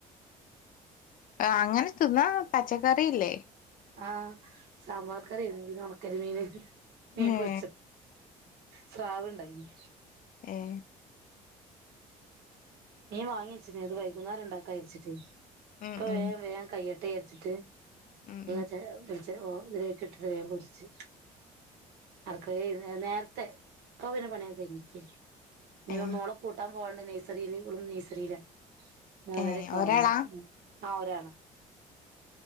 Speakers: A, on the left; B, on the right.
A: അങ്ങനെ തിന്നാ പച്ചക്കറില്ലേ
B: ആഹ സാമ്പാർ കറിിയന്ന പിന്നെ ഉണക്കരി മീന് മീൻ പൊരിച്ച
A: ഏ
B: സ്രാവണ്ടായിന്
A: ഏഹ്
B: മീൻ വാങ്ങിച്ചിനീ അത് വൈകുന്നേരം ഉണ്ടാക്കാ ഇരിച്ചിട്ട്
A: ഉം
B: ഇപ്പ
A: ഉം
B: വേ വേഗം കയ്യട്ടെ ആരിച്ചിട്ട്
A: ഉം ഉം
B: ട്ട് വേഗ പി ഓ ഇതിലൊക്കെ ഇട്ടി തേൻ പൊരിച്ച് ആർക്ക നേരത്തെ കോവിന പണിയ കഴിഞ്ഞിരിക്ക ഇീവ
A: ഏ
B: മോള കൂട്ടാം പോണ്ട നഴ്സറിൽ ഉളും നഴ്സറിയില മൂന്നരൊക്കെ
A: ഏ ഒരാളാ
B: ആാവുമ്പോ ആഹ് ഒരാള